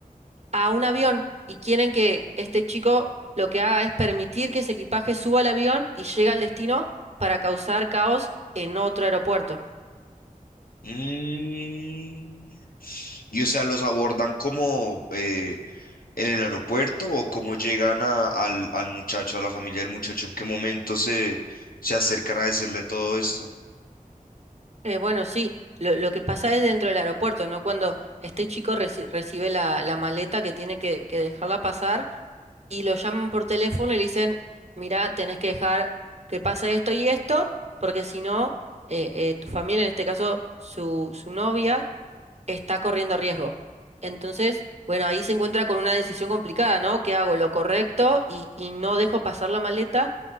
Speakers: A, on the right; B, on the left.
A: a un avión y quieren que este chico lo que haga es permitir que ese equipaje suba al avión y llegue al destino para causar caos en otro aeropuerto.
B: Mm, Y o sea, los abordan como eh, en el aeropuerto o cómo llegan a- al, al muchacho, a la familia del muchacho, en qué momento se, se acercan a decirle todo esto.
A: Eh, bueno, sí, lo, lo que pasa es dentro del aeropuerto, ¿no? Cuando este chico reci- recibe la, la maleta que tiene que, que dejarla pasar y lo llaman por teléfono y le dicen, mirá, tenés que dejar que pase esto y esto, porque si no, eh, eh, tu familia, en este caso su, su novia, está corriendo riesgo. Entonces, bueno, ahí se encuentra con una decisión complicada, ¿no? ¿Qué hago? ¿Lo correcto y, y no dejo pasar la maleta?